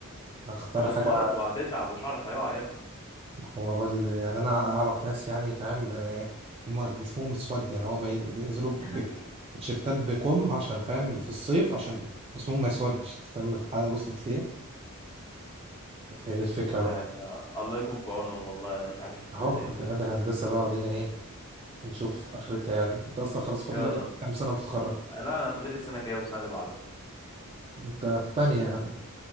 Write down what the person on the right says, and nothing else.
أختار
حاجة
هو بل... يعني أنا أعرف ناس يعني فاهم أنا- هما جسمهم اسود يعني هو بي... بينزلوا
بك... بتيشيرتات بكم عشان فاهم في الصيف عشان جسمهم ما يسودش فاهم الحالة وصلت ليه فهي دي الفكرة
بقى
اهو
ادي ادي الهندسه بقى ودينا ايه هنشوف اخرتها يعني انت اصلا خلاص فاضل
لك كام سنه وتتخرج
انت في تانية يعني